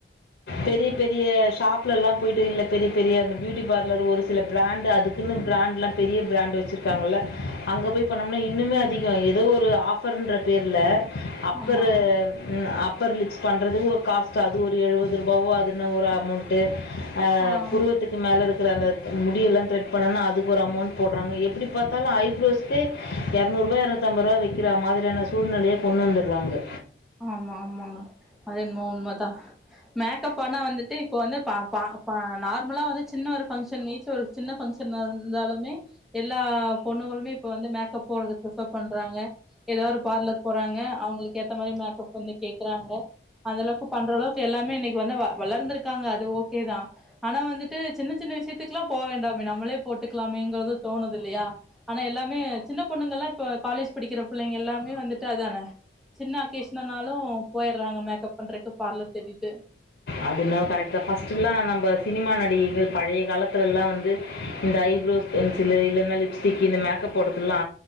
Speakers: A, on the left; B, in the centre.
A: பெரிய பெரிய ஷாப்ல எல்லா போயிட்டு இல்ல பெரிய பெரிய அந்த பியூட்டி பார்லர் ஒரு சில பிராண்ட் அதுக் கின்னு பிராண்ட்லா பெரிய பிராண்ட் வெச்சிருக்காங்கல்ல அங்க போய் பண்ணம்னா இன்னுமே அதிகோ எதோ ஒரு ஆஃப் ஃபர்ன்ற பேர்ல அப்பரு
B: ஆமாங்க
A: ன் அப்பர் லிப்ஸ் பண்றதுக்கு ஒரு காஸ்ட்டு அது ஒரு எழுவது ருபாவோ அதுன்ன ஒரு அமௌண்ட் ட்டு அ
B: ஆ
A: புருவுத் துக்கு மேல இருக்கற அந்த முடியெல்லாந் த்ரெட் பண்ணனா அதுக்கு ஒரு அமௌண்ட் போட்றாங்க எப்டி பாத்தாலு ஐப்ரோஸ்க்கே எரநூறுபா எரநூத்தம்பூரா வெக்கிறா மாதிரியான சூழ்நிலைய கொண்டு வந்தர்றாங்க
B: ஆமா ஆமாங்க அது என்மோ உண்மதா மேக்கப் ஆனா வந்துட்டு இப்போ வந்து பா பா பா நார்மலா வந்து சின்ன ஒரு ஃபங்க்ஷன் வீட்ல ஒரு சின்ன ஃபங்க்ஷனா இருந்தாலுமே எல்லா பொண்ணுகளுமே இப்ப வந்து மேக்கப் போறத பிஃபர் பண்றாங்க எதோ ஒரு பார்லர் போறாங்க அவுங்குளுக்கு ஏத்த மாரி மேக்கப் வந்து கேக்கறாங்க அந்தளவுக்கு பண்ற அளவுக்கு எல்லாமே இன்னைக்கு வந்து வ வளர்ந்திருக்காங்க அது ஓகேதா ஆனா வந்துட்டு சின்ன சின்ன விஷ்யத்துக்லாம் போ வேண்டாமே நம்மளே போட்டுக்லாமேங்றது தோணுது இல்லியா ஆனா எல்லாமே சின்னப் பொண்ணுங்கல்லா இப்ப காலேஜ் படிக்கிற புள்ளைங்க எல்லாமே வந்துட்டு அதானே சின்ன அக்கேஷ்னனாலு போயர்றாங்க மேக்கப் பண்றக்கு பார்லர் தேடிட்டு
A: அது என்னவோ கரெக்ட்தா ஃபர்ஸ்ட்டுலா நம்ப சினிமா நடிகைகள் பழைய காலத்லெல்லா வந்து இந்த ஐப்ரோஸ் பென்சிலு இல்லனா லிப்ஸ்டிக்கி இந்த மேக்கப் போடத்துல்லா